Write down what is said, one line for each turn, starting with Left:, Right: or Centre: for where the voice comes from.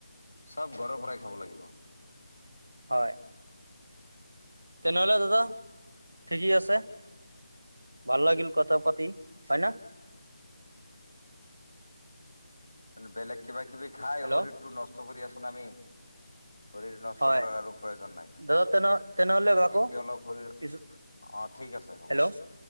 Left: চব ঘৰৰ পৰাই খাব লাগিব।
Right: হয় তেনেহলে দাদা, ঠিকেই আছে। ভাল লাগিল কথা পাতি হয়না।
Left: উম বেলেগ কিবা কিবি খাই
Right: হেল্ল'
Left: শৰীৰটো নষ্ট কৰি আছে। পুনামি। শৰীৰ নষ্ট
Right: হয়
Left: কৰাৰ আৰু প্ৰয়োজন নাই
Right: দাদা তেনে তেনেহলে ৰাখো
Left: এতিয়া অলপ শৰীৰিক।
Right: পিছত
Left: ঠিক আছে হ'ব।
Right: হেল্ল'